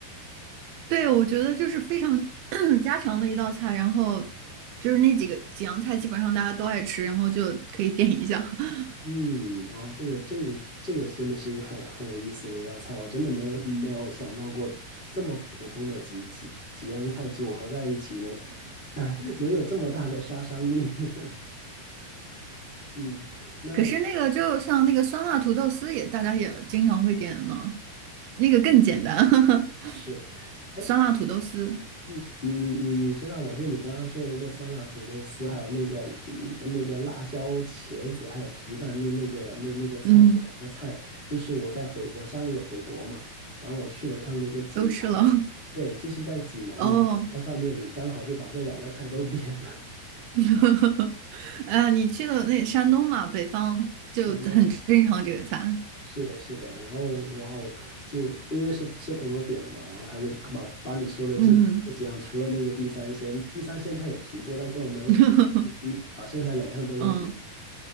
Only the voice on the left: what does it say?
嗯，然后这个这个这个真的是一个很很有意思的一道菜，我真的没有没有想到过这么普通的几几几样菜组合在一起能能有这么大的杀伤力。<laughs> 嗯，那。
是，哎
嗯，你你你你知道吗？就你刚刚说的那个酸辣土豆丝，还有那个嗯那个辣椒茄子，还有皮蛋那那个那那个菜，
这两个菜就是我在回我上个月回国嘛，然后我去了一趟那个济南，
对，就是在济南的某家饭店里，
刚好就把这两个菜都 <laughs> 点了。
<laughs> 山东，是的，是的。然后哇哦，就因为是是朋友点的嘛，然后他就把把你说的这几这几样，
除了那个地三鲜，地三鲜他也提过，但最后没有点。
你把剩下两样都给点